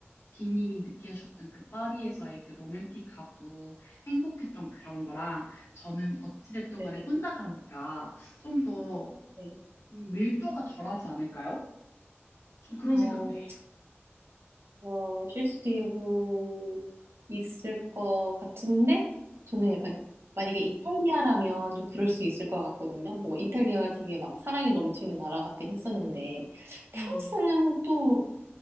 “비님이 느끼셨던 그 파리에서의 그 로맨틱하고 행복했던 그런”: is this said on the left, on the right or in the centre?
Left